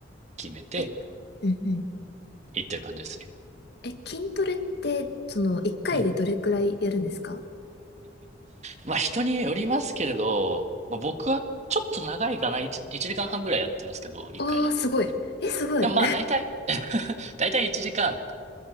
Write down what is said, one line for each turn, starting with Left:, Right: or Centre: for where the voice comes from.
Right: 決めて
Left: え、うんうん。
Right: 行ってる感じですね。
Left: え、筋トレって、その、一回でどれくらいやるんですか
Right: うん。まあ人によりますけれど、まあ、僕はちょっと長いかな、1、一時間半ぐらいやってますけど、1回で。
Left: ああー、すごい。え、すごい。
Right: でもまあ大体
Left: <laughs> う
Right: <laughs> 大体1時間